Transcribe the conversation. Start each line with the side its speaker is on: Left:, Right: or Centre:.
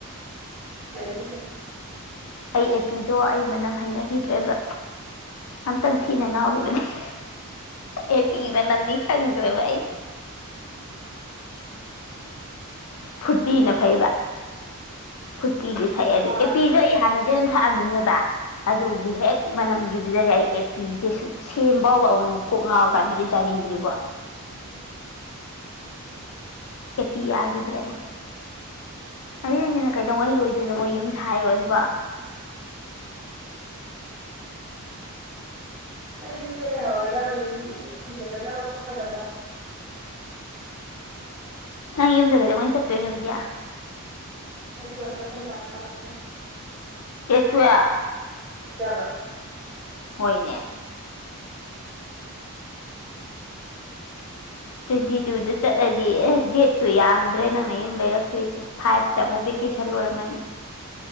Right: ꯀꯖꯦ
Left: ꯑꯩ ꯑꯦꯄꯤꯗꯣ ꯑꯩ ꯃꯅꯝ ꯍꯩꯅꯈꯤꯗ꯭ꯔꯦꯕ ꯑꯝꯇꯪ ꯊꯤꯅ ꯉꯥꯎꯈꯤꯕꯗꯩ ꯑꯦꯄꯤ ꯃꯅꯝꯅꯤ ꯆꯗ꯭ꯔꯦꯚꯥꯏ ꯑꯩ ꯐꯨꯔꯇꯤꯅ ꯐꯩꯕ ꯐꯨ ꯎꯇꯤꯁꯨ ꯊꯛꯑꯦ ꯑꯗꯨ
Right: ꯑꯥ
Left: ꯑꯦꯄꯤꯁꯨ ꯑꯩ ꯍꯥꯟꯅꯗꯤ ꯑꯗꯨꯝ ꯊꯛꯑꯝꯃꯤꯅꯦꯕ ꯑꯗꯨꯒꯤ ꯍꯦꯛ ꯃꯅꯝꯒꯤ ꯑꯗꯨꯗꯒꯤ ꯑꯩ ꯑꯦꯄꯤꯁꯦ ꯁꯨꯝ ꯁꯦꯝ ꯐꯥꯎꯕ ꯑꯃꯃꯨꯛ ꯀꯣꯛ ꯉꯥꯎꯔꯀꯥꯟꯗꯗꯤ ꯆꯥꯅꯤꯡꯗ꯭ꯔꯤꯕ
Right: ꯎꯝ
Left: ꯑꯄꯤ ꯌꯥꯈꯤꯗ꯭ꯔꯦ ꯑꯁꯤꯅ ꯀꯩꯗꯧꯉꯩ ꯂꯣꯏꯗꯣꯏꯅꯣ ꯃꯣꯏ ꯌꯨꯝ ꯁꯥꯏꯔꯣ ꯁꯤꯕꯣ
Right: ꯑꯩꯗꯤ ꯌꯨꯝꯗ ꯂꯩꯍꯧꯔꯒꯗꯕꯅꯤ ꯃꯤ ꯏꯔꯨ ꯂꯨꯖꯒꯗꯕ ꯈꯣꯠꯀꯗꯕ
Left: ꯅꯪ ꯌꯨꯝꯗ ꯀꯩꯗꯧꯉꯩ ꯆꯠꯇꯣꯏꯅꯣ ꯕꯤꯗꯤꯌꯥ
Right: ꯅꯇ ꯑꯣꯏ ꯇꯈꯣꯏ ꯄꯔꯛꯀꯅꯤ
Left: ꯗꯦꯠ ꯇꯨꯌꯦꯞ
Right: ꯇꯕ꯭ꯔꯥ
Left: ꯍꯣꯏꯅꯦ ꯇ꯭ꯋꯦꯟꯇꯤ ꯇꯨꯗ ꯆꯠꯂꯗꯤ ꯑꯦ ꯗꯦꯠꯇꯣ ꯌꯥꯝꯗ꯭ꯔꯦ ꯅꯪꯅ ꯌꯨꯝ ꯂꯩꯔꯛꯇꯣꯏꯁꯦ ꯐꯥꯏꯚꯇ ꯑꯃꯨꯛ ꯀꯦꯁꯜ ꯂꯣꯏꯔꯝꯃꯅꯤ